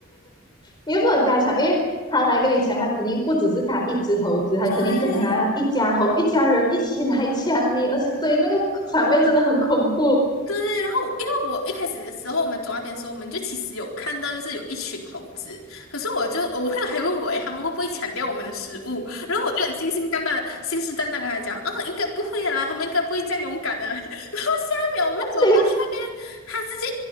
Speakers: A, on the left (about 20°); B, on the left (about 85°).
A: 你又不能跟他抢，因为他来跟你抢，他肯定不只是他一只猴子，他肯定跟他一家猴一家人一起来抢你，
B: 对，
A: 而且所以那个场面真的很恐怖。
B: 对，然后因为我一开始的时候，我们走那边的时候，我们就其实有看到，就是有一群猴子。可是我就我朋友还问我，诶，他们会不会抢掉我们的食物？然后我就很信心淡淡的、信誓旦旦跟他讲，啊，应该不会的啦，他们应该不会这样勇敢的。<laughs> 然后下一秒，我们走过去那边，
A: 这个
B: 他直接